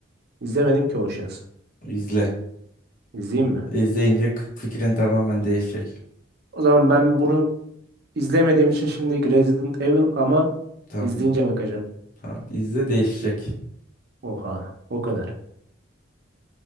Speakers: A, on the right (about 55°); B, on the left (about 45°).
A: İzlemedim ki Oceans.
B: İzle.
A: İzleyeyim mi?
B: İzleyince k- fikrin tamamen değişecek.
A: O zaman ben bunu izlemediğim için şimdilik Resident Evil ama
B: Tamam,
A: izleyince bakacağım.
B: tamam. İzle değişecek.
A: Oha. O kadar.